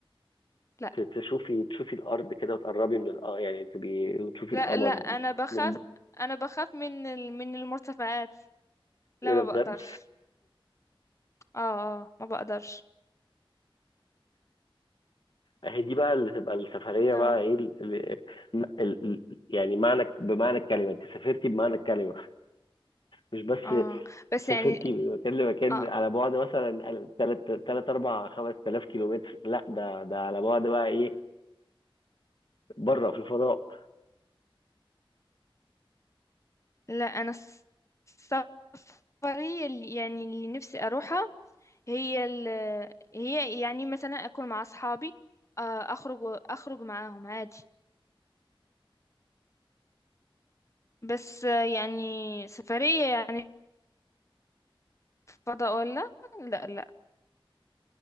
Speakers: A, on the left; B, on the left.
A: لا
B: ت- تشوفي تشوفي الارض كده وتقربي من الأ... يعني تبقي تشوفي
A: لا
B: القمر
A: لا انا بخاف
B: من
A: انا بخاف من ال... من المرتفعات لا
B: ايه
A: ما
B: ده بجد
A: بقدرش اه اه ما بقدرش
B: اهي دي بقى اللي تبقى السفريه
A: لا
B: بقى ايه ال... ال... ال... ال- يعني معنى بمعنى الكلمه انت سافرتي بمعنى الكلمه مش بس
A: اه بس يعني
B: سافرتي من مكان لمكان
A: اه
B: على بعد مثلا 3 3 4 5000 كيلومتر لا ده ده على بعد بقى ايه بره في الفضاء
A: لا انا الس- السفرية اللي يعني اللي نفسي اروحها هي ال هي يعني مثلا اكل مع اصحابي آه، اخرج اخرج معاهم عادي بس آه، يعني سفرية يعني فضاء ولا لا لا